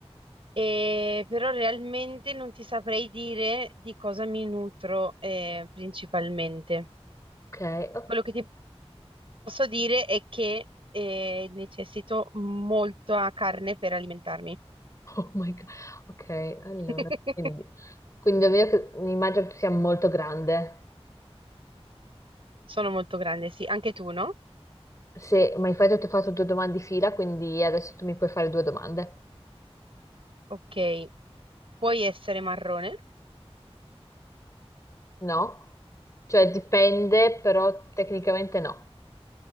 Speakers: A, on the right (about 55°); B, on the left (about 30°).
A: e però realmente non ti saprei dire di cosa mi nutro eh, principalmente.
B: ok, ok.
A: Quello
B: <laughs>
A: che ti posso dire è che eh, necessito molta carne per alimentarmi.
B: Oh my God. Ok, allora,
A: <laughs>
B: quindi, quindi davvero che- immagino che tu sia molto grande.
A: Sono molto grande, sì. Anche tu, no?
B: Se, ma infatti ti ho fatto due domande di fila, quindi adesso tu mi puoi fare due domande.
A: Ok. Puoi essere marrone?
B: No? Cioè dipende, però tecnicamente no.